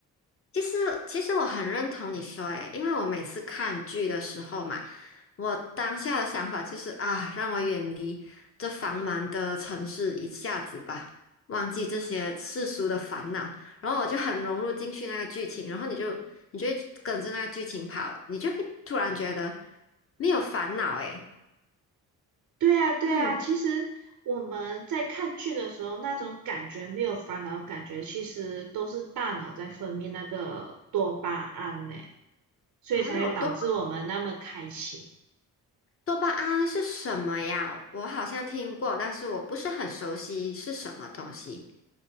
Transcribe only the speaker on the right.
对啊，对啊，
其实我们在看剧的时候，那种感觉没有烦恼的感觉，其实都是大脑在分泌那个多巴胺呢，所以才会导致我们那么开心。